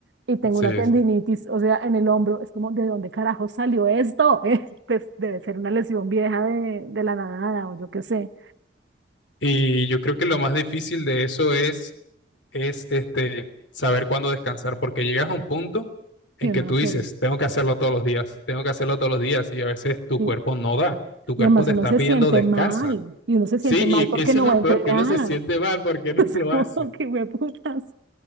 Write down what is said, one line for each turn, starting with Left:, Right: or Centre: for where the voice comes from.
Right: Y tengo
Left: sí,
Right: una tendinitis,
Left: sí.
Right: o sea, en el hombro, es como, ¿de dónde carajo salió esto? <laughs> ¿Eh? Pues debe ser una lesión vieja de, de la nada o yo qué sé,
Left: Y yo creo que lo más difícil de eso es, es este, saber cuándo descansar, porque llegas a un punto en
Right: y uno
Left: que tú
Right: no quiere.
Left: dices, tengo que hacerlo todos los días, tengo que hacerlo todos los días, y a veces tu
Right: Y,
Left: cuerpo no da, tu cuerpo
Right: y además
Left: te
Right: uno
Left: está
Right: se
Left: pidiendo
Right: siente
Left: descansa.
Right: mal, y uno se
Left: Sí,
Right: siente mal porque
Left: y eso
Right: no
Left: es lo
Right: va a entrenar.
Left: peor, que uno se siente
Right: <laughs>
Left: mal porque <laughs> no
Right: Es
Left: lo
Right: como
Left: hace.
Right: que me putas,